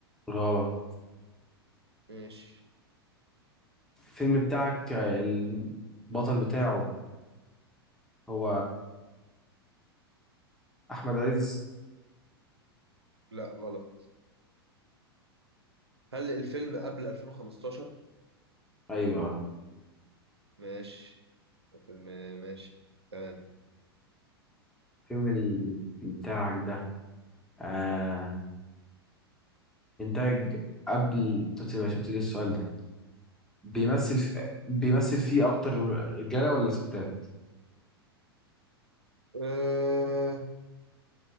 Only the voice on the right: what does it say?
ماشي
لا غلط هل الفيلم قبل 2015
ماشي الفيلم ماشي تمام
أه